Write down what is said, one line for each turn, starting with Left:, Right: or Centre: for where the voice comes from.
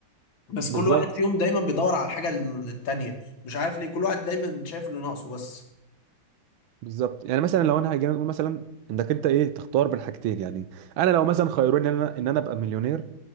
Left: بس
Right: بالظبط
Left: كل واحد فيهم دايما بيدور على الحاجه التانيه مش عارف ليه كل واحد دايما شايف اللي ناقصه بس
Right: بالظبط يعني مثلا لو انا هاجي اقول مثلا انك انت ايه تختار بين حاجتين يعني انا لو مثلا خيروني ان انا ان انا ابقى مليونير